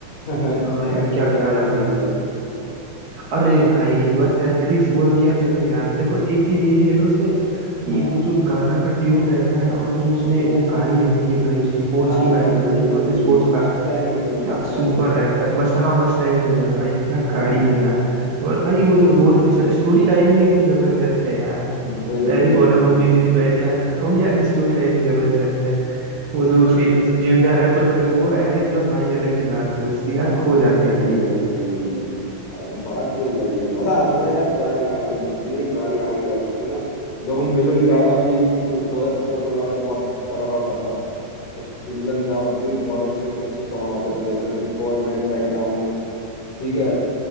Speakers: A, on the left; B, on the right.
A: था <laughs> चैन
B: आ, यार क्या
A: मेरा
B: गाना
A: ले गई
B: था
A: है
B: अरे भाई बस यार लिरिक्स बोल दिया तो एकदम याद देखो एक चीज ये भी है ना उसमें
A: हाँ
B: कि वो जो गाना का ट्यून रहता है और जो उसमें वो गाड़ी रहती है भाई उसकी पोर्स
A: हाँ
B: की गाड़ी पता
A: वही
B: नहीं कौन
A: वही
B: सी स्पोर्ट्स कार,
A: मस्टैंग होती है
B: क्या
A: मस्टैंग
B: सुपर रहता है मस्ट हाँ मस्टैंग जो है भाई क्या
A: हाँ
B: गाड़ी है यार और भाई
A: वही
B: वो जब रोड पे चल स्टोरी लाइन भी एकदम जबरदस्त है यार
A: वही
B: पैरी
A: वही
B: पोना
A: वही
B: मम्मी जी मैं क्या वो यार स्टोरी लाइन भी जबरदस्त है वो
A: <laughs>
B: जो उसके जो जिंदा रहे पुत्र वो यार एकदम भाई अलग ही बात है उसकी यार
A: वही
B: खो जाते हैं भाई
A: वही वही अब बात ही अलग है मजा आता था यार पुराने गाने जितने भी पुराने गाने निकलते थे ना देखो मिलन गावा भी दो हजार सत्रह सोलह में बहुत तगड़ा उठा था उसकी मिलन गावा के भी बहुत अच्छे अच्छे सॉन्ग आते थे इतने फोर मैन पैक डाउन ठीक है